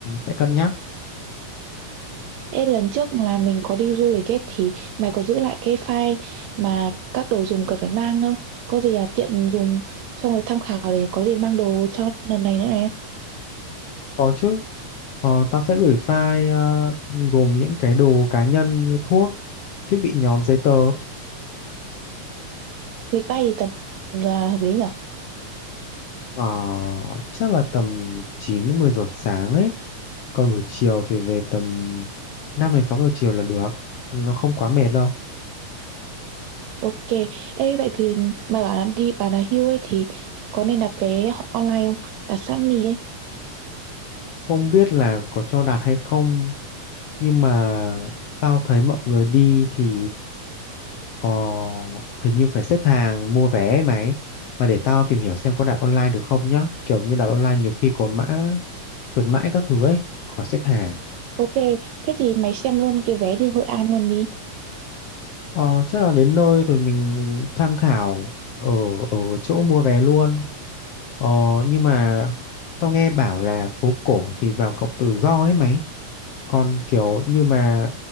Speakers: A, on the left (about 70°); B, on the right (about 75°).
A: sẽ cân nhắc
B: Ê, lần trước là mình có đi du lịch ấy thì mày có giữ lại cái file mà các đồ dùng cần phải mang không? Có gì à tiện dùng xong rồi tham khảo để có gì mang đồ cho lần này nữa này.
A: có chứ ờ, tao sẽ gửi file ờ, gồm những cái đồ cá nhân như thuốc thiết bị nhóm giấy tờ
B: Lịch bay thì tầm giờ là hợp lý nhở?
A: ờ, chắc là tầm 9 đến 10 giờ sáng ấy còn buổi chiều thì về tầm 5 đến 6 giờ chiều là được nó không quá mệt đâu
B: Ok. Ê, vậy thì mày bảo là đi Bà Nà Hills ấy thì có nên đặt vé online không? Đặt sẵn đi ấy.
A: không biết là có cho đạt hay không nhưng mà tao thấy mọi người đi thì ờ, hình như phải xếp hàng mua vé ấy mày mà để tao tìm hiểu xem có đặt online được không nhá kiểu như đặt online nhiều khi có mã khuyến mãi các thứ ấy khỏi xếp hàng
B: Ok. Thế thì mày xem luôn cái vé đi Hội An luôn đi.
A: Ờ, chắc là đến nơi rồi mình tham khảo ở ở chỗ mua vé luôn. Ờ, nhưng mà tao nghe bảo là phố cổ thì vào cổng tự do ấy mày. Còn kiểu như mà